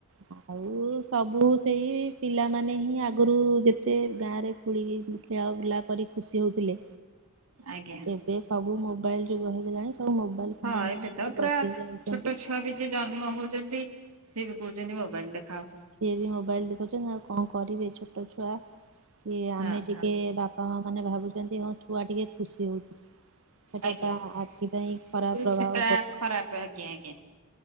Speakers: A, on the right; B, on the right.
A: <unintelligible> ଆଉ ସବୁ ସେଇ ପିଲାମାନେ ହିଁ ଆଗରୁ ଯେତେ ଗାଁ ରେ ଖୋଳିକି ଖେଳା ବୁଳା କରି ଖୁସି ହଉଥିଲେ,
B: ଆଜ୍ଞା।
A: ଏବେ ସବୁ ମୋବାଇଲ ଯୁଗ ହେଇଗଲାଣି। ସବୁ ମୋବାଇଲ ଖଣ୍ଡ
B: ହଁ
A: ପାଖକୁ
B: ଏ ତ ପରା,
A: ବସି ଯାଉଛନ୍ତି।
B: ଛୋଟ ଛୁଆ ବି ଯେ ଜନ୍ମ ହଉଛନ୍ତି ସିଏ ବି କହୁଛନ୍ତି ମୋବାଇଲ ଦେଖାଅ।
A: ସିଏ ବି ମୋବାଇଲ ଦେଖଉଛନ୍ତି ଆଉ କଣ କରିବେ ଛୋଟ ଛୁଆ। ସିଏ ଆମେ
B: ହଁ
A: ଟିକେ
B: ହଁ।
A: ବାପା ମା ମାନେ ଭାବୁଛନ୍ତି ହଁ ଛୁଆ ଟିକେ ଖୁସି ହଉଛି। ସେଟା
B: ଆଜ୍ଞା
A: ତା ଆଖି ପାଇଁ ଖରାପ
B: କିନ୍ତୁ
A: ପ୍ରଭାବ
B: ସେଟା ଖରାପ ଆଜ୍ଞା ଆଜ୍ଞା।